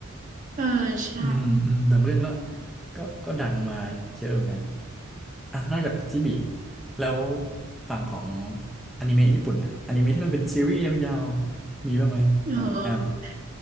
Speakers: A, on the right; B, in the centre.
A: เออใช่
B: อืมอืมบางเรื่องก็ก็ก็ดังมาเยอะเหมือนกันอ่ะนอกจากจิบิแล้วฝั่งของอนิเมะญี่ปุ่นนะอนิเมะที่มันเป็นซีรีส์ยาวๆมีบ้างไหมของแอม
A: เออ